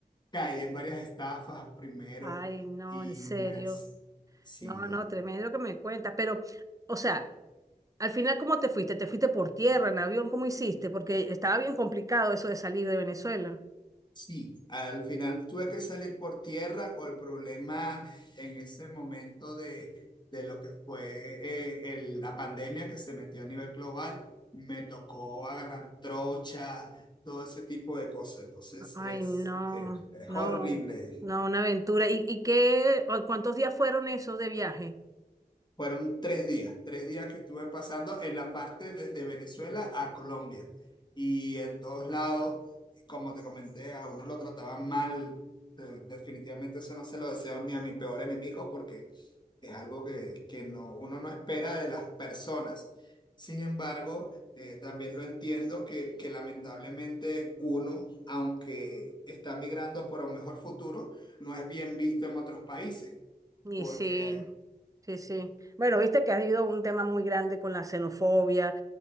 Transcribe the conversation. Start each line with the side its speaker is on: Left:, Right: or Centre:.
Left: Caí en varias estafas primero
Right: Ay, no,
Left: y
Right: en serio.
Left: me- sí,
Right: No, no, tremendo lo que me cuentas. Pero, o sea, al final, ¿cómo te fuiste? ¿Te fuiste por tierra, en avión? ¿Cómo hiciste? Porque estaba bien complicado eso de salir de Venezuela.
Left: Sí, al final tuve que salir por tierra con el problema en ese momento de, de lo que fue eh, el- la pandemia que se metió a nivel global. Me tocó agarrar trocha, todo ese tipo de cosas. Entonces
Right: Ay,
Left: es,
Right: no,
Left: es, es
Right: no,
Left: horrible.
Right: no, una aventura. ¿Y, y qué, o cuántos días fueron esos de viaje?
Left: Fueron tres días, tres días que estuve pasando en la parte desde Venezuela a Colombia. Y en todos lados, como te comenté, a uno lo trataban mal. De- Definitivamente eso no se lo deseo ni a mi peor enemigo porque es algo que, que no, uno no espera de las personas. Sin embargo, eh, también lo entiendo que, que lamentablemente uno, aunque está migrando por un mejor futuro, no es bien visto en otros países
Right: Y
Left: porque
Right: sí, sí, sí. Bueno, viste que ha habido un tema muy grande con la xenofobia